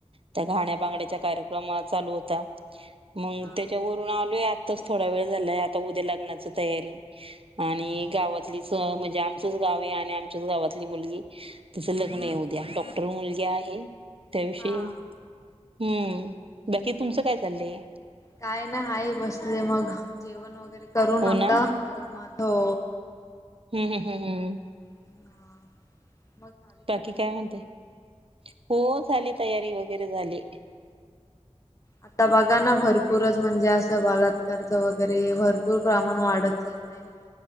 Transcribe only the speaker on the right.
त्या घाण्या
बांड्याच्या कार्यक्रमात. चालू होता मग
त्याच्यावरून आलोय आत्ताच. थोडा वेळ झालाय आता उद्या लग्नाची तयारी आणि गावातलीच म्हणजे आमचच गाव आहे. आमच्या गावातली मुलगी तस लग्न आहे उद्या डॉक्टर मुलगी आहे. त्याविषयी
हम्म. बाकी तुमचं काय चाललंय?
हो ना,
हम्म हम् हम् हम.
बाकी काय म्हणते हो. झाली तयारी वगैरे झाली.